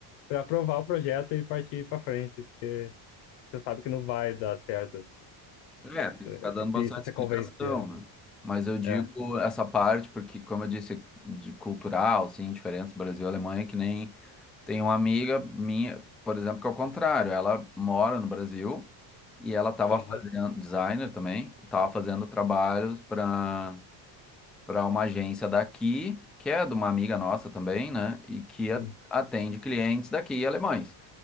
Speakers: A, on the left; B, in the centre.
A: para aprovar o projeto e partir para frente. Você sabe que não vai dar certo.
B: É, tem que ficar
A: É
B: dando
A: difícil
B: bastante
A: você
B: explicação,
A: convencer, né?
B: né? Mas eu digo
A: É.
B: essa parte porque, como eu disse, de cultural, assim, diferença Brasil e Alemanha, que nem tem uma amiga minha, por exemplo, que é o contrário, ela mora no Brasil e ela estava
A: Aham.
B: fazendo, designer também, estava fazendo trabalhos para para uma agência daqui, que é de uma amiga nossa também, né? E que a-
A: Sim.
B: atende clientes daqui, alemães.